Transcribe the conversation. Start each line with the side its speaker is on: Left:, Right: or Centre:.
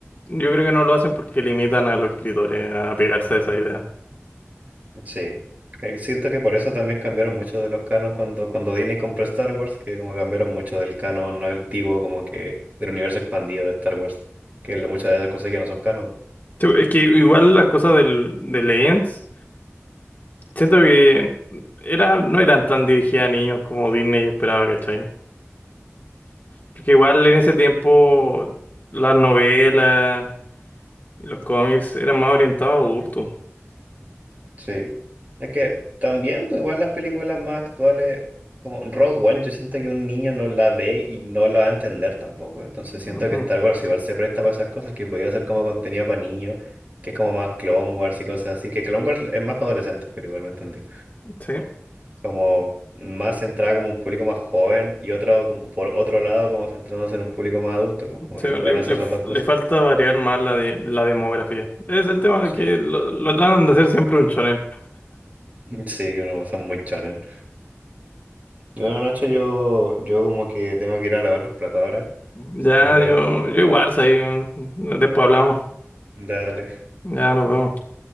Left: yo creo que no lo hacen porque limitan a los escritores a pegarse a esa idea.
Right: Sí. Eh, Siento que por eso también cambiaron mucho de los canon cuando, cuando Disney compró Star Wars, que como cambiaron mucho del canon antiguo, como que del universo expandido de Star Wars, que lo- muchas de esas cosas ya no son canon.
Left: Sí, Es que igual las cosas del, de Legends, siento que era, no eran tan dirigidas a niños como Disney esperaba, ¿cachai? Porque igual en ese tiempo las novelas y los cómics eran más orientados a adultos.
Right: Sí. Es que también, pues igual las películas más actuales, como Rogue One, yo siento que un niño no la ve y no la va a entender tampoco. Entonces siento
Left: Ujú,
Right: que Star Wars igual se presta para esas cosas que podía ser como contenido para niños, que es como más Clone Wars y cosas así, que Clone Wars es más para adolescentes, pero igual me entendí.
Left: Sí,
Right: Como más centrada como un público más joven y otro, como por otro lado, como centrándose en un público más adulto, pues como
Left: sí,
Right: que
Left: le,
Right: pueden hacer
Left: le f-
Right: las dos cosas.
Left: le falta variar más la, de, la demografía. Es el tema
Right: Sí.
Left: de que lo, lo tratan de hacer siempre un shonen.
Right: <laughs> Sí, que no son muy chonen. Bueno, Nacho, yo, yo como que tengo que ir a lavar los platos ahora,
Left: Ya,
Right: así que me tengo
Left: yo,
Right: que...
Left: yo igual, soy un- Después hablamos.
Right: Dale.
Left: Ya nos vemos.